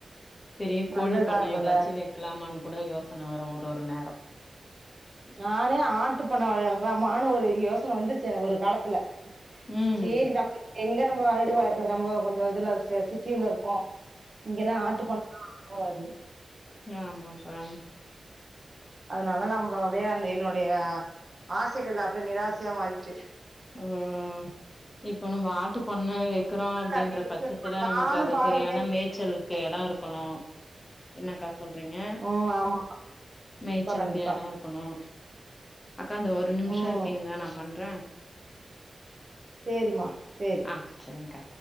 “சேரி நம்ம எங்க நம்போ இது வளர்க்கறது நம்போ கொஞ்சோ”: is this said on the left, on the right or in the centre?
Right